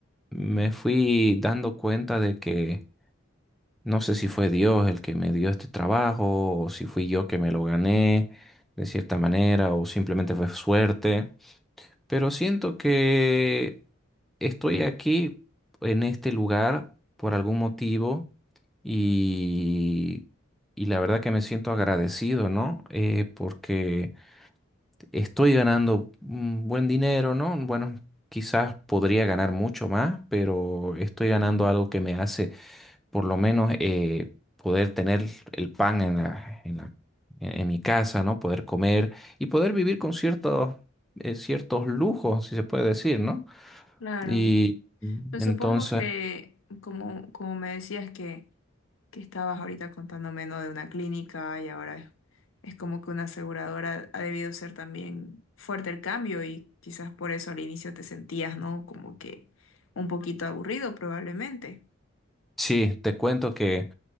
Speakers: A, in the centre; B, on the left (about 85°).
A: me fui dando cuenta de que no sé si fue Dios el que me dio este trabajo, o si fui yo que me lo gané de cierta manera, o simplemente fue suerte. Pero siento que estoy aquí en este lugar por algún motivo y, y la verdad que me siento agradecido, ¿no? Eh, porque estoy ganando un buen dinero, ¿no? Bueno, quizás podría ganar mucho más, pero estoy ganando algo que me hace por lo menos eh, poder tener el pan en la, en la- en- en mi casa, ¿no? Poder comer y poder vivir con ciertos, eh, ciertos lujos, si se puede decir, ¿no?
B: Claro.
A: Y
B: Pues
A: entonces,
B: supongo que, como, como me decías que que estabas ahorita contándome, ¿no? De una clínica y ahora es, es como que una aseguradora ha debido ser también fuerte el cambio y quizás por eso al inicio te sentías, ¿no? Como que un poquito aburrido probablemente.
A: sí, te cuento que,